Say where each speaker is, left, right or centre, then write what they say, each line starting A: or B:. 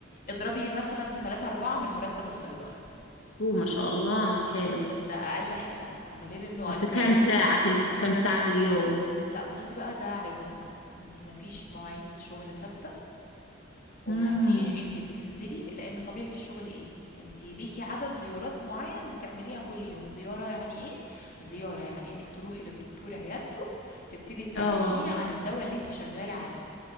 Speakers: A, on the left (about 45°); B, on the left (about 75°).
A: اضربي مثلًا في 3، 4 من مرتب الصيدلي،
B: هو ما شاء الله حلو
A: أب ده أقل حاجة طبعًا، غير إنه
B: بس
A: لمّا
B: كم
A: يت
B: ساعة في ال... كم ساعة في اليوم
A: لأ بُصّي بقى ده عيبها بقى، أنتِ ما فيش مواعيد شغل ثابتة وما
B: امم
A: في انت بتنزلي لان طبيعة الشغل ايه انت ليكي عدد زيارات معين بتعمليها كل يوم زيارة يعني ايه زيارة يعني انك تروحي للدكتور عيادته تبتدي تكلميه
B: اه
A: عن الدواء اللي انت شغالة عليه